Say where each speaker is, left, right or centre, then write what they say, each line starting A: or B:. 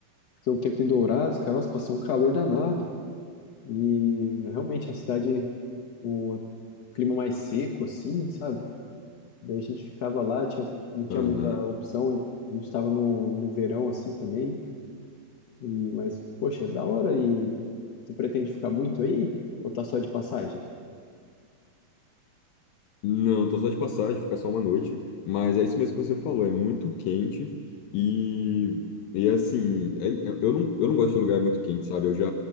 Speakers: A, on the left; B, on the left.
A: fiquei um tempo em Dourados, cara, nossa, passei um calor danado. E realmente a cidade, o clima mais seco, assim, sabe? Daí a gente ficava lá, tinha, não tinha
B: Aham.
A: muita opção, e a gente estava no, no verão, assim, também. E, mas, poxa, é da hora. E tu pretende ficar muito aí? Ou tá só de passagem?
B: Não, tô só de passagem, ficar só uma noite, mas é isso mesmo que você falou, é muito quente e, e assim, é- é- eu não, eu não gosto de lugar muito quente, sabe? Eu já,